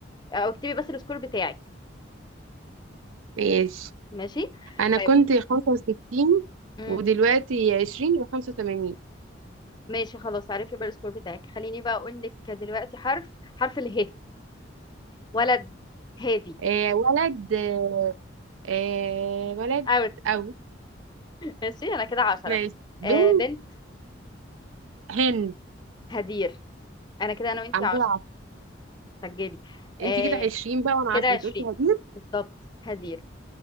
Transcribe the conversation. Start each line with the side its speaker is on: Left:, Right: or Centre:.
Left: أو اكتبي بس السكور بتاعك
Right: ماشي
Left: ماشي
Right: انا
Left: طيب
Right: كنت 65
Left: مم.
Right: ودلوقتي 20 يبقى 85
Left: ماشي خلاص عارفة بقى السكور بتاعك خليني بقى أقول لك دلوقتي حرف حرف اله ولد هادي
Right: آه ولد آه، آه ولد
Left: اوت
Right: أوي
Left: ماشي انا كده عشرة
Right: ماشي بنت
Left: آه بنت
Right: هند
Left: هدير انا كده انا وانتي
Right: أنا
Left: عشرة
Right: كده عشرة
Left: سجلي
Right: أنت
Left: آه
Right: كده عشرين بقى وأنا
Left: كده
Right: عشرة
Left: عشرين
Right: أنت قلتي هجيب
Left: بالضبط هدير